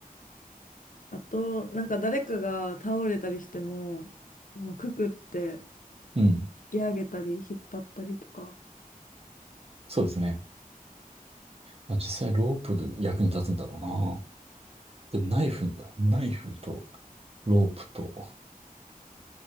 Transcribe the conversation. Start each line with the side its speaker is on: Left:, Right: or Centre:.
Left: あと、なんか誰かが倒れたりしても、まあくくって
Right: うん、
Left: 引き上げたり引っ張ったりとか。
Right: そうですね。まあ、実際ロープで役に立つんだろうな。でもナイフ、ナイフとロープと、